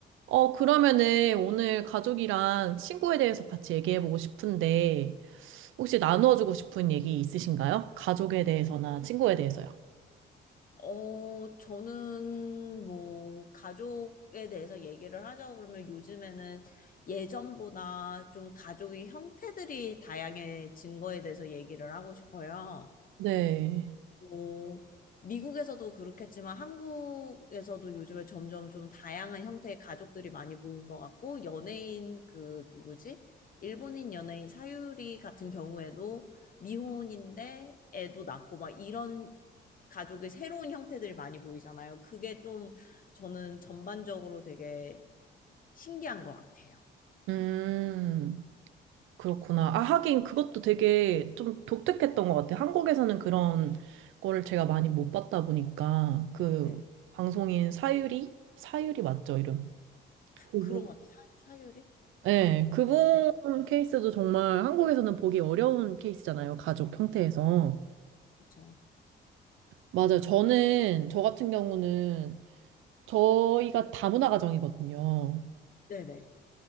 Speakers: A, on the right; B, on the left.
A: 어, 그러면은 오늘 가족이랑 친구에 대해서 같이 얘기해보고 싶은데, 혹시 나누어주고 싶은 얘기 있으신가요? 가족에 대해서나 친구에 대해서요.
B: 어, 저는 뭐, 가족에 대해서 얘기를 하자고 그러면 요즘에는 예전보다 좀 가족의 형태들이 다양해진 거에 대해서 얘기를 하고 싶어요.
A: 네.
B: 뭐, 미국에서도 그렇겠지만 한국에서도 요즘에 점점 좀 다양한 형태의 가족들이 많이 보이는 것 같고, 연예인 그 누구지? 일본인 연예인 사유리 같은 경우에도 미혼인데 애도 낳고 막 이런 가족의 새로운 형태들이 많이 보이잖아요. 그게 좀 저는 전반적으로 되게 신기한 것 같아요.
A: 음, 그렇구나. 아, 하긴 그것도 되게 좀 독특했던 것 같아요. 한국에서는 그런 거를 제가 많이 못 봤다 보니까, 그
B: 네.
A: 방송인 사유리? 사유리 맞죠, 이름? 그분.
B: 그런 것 같아요. 사, 사유리?
A: 네, 그분
B: 네.
A: 케이스도 정말 한국에서는 보기 어려운 케이스잖아요. 가족 형태에서.
B: 그쵸.
A: 맞아요. 저는, 저 같은 경우는, 저희가 다문화 가정이거든요.
B: 네네.